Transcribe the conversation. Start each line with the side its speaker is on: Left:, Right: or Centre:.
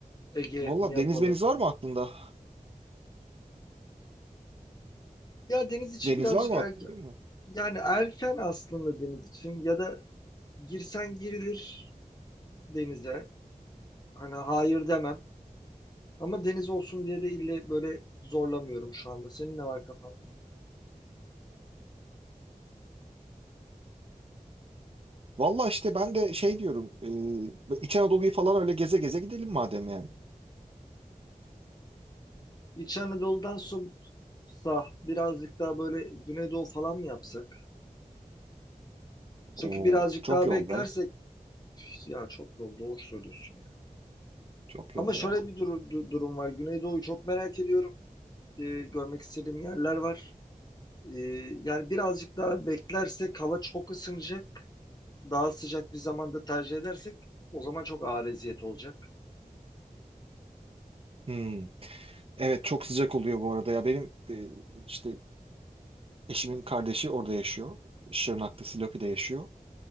Left: Ege
Right: Valla
Left: mi yapalım?
Right: deniz meniz var mı aklında?
Left: Ya deniz için
Right: Deniz
Left: birazcık
Right: var mı
Left: er-
Right: aklında?
Left: Yani erken aslında deniz için ya da girsen girilir denize. Hani hayır demem. Ama deniz olsun diye de ille böyle zorlamıyorum şu anda. Senin ne var kafanda?
Right: Valla işte ben de şey diyorum. E, İç Anadolu'yu falan öyle geze geze gidelim madem yani.
Left: İç Anadolu'dan sonra birazcık daha böyle Güneydoğu falan mı yapsak? Çünkü
Right: Oo,
Left: birazcık
Right: çok
Left: daha
Right: yol
Left: beklersek
Right: be.
Left: ya çok doğru, doğru söylüyorsun ya.
Right: Çok
Left: Ama
Right: yol
Left: şöyle
Right: ya.
Left: bir duru- du- durum var. Güneydoğu'yu çok merak ediyorum. Ee, görmek istediğim yerler var. Ee, yani birazcık daha beklersek hava çok ısınacak. daha sıcak bir zamanda tercih edersek o zaman çok ağır eziyet olacak.
Right: Hmm. Evet çok sıcak oluyor bu arada ya. Benim e, işte eşimin kardeşi orada yaşıyor. Şırnak'ta, Silopi'de yaşıyor.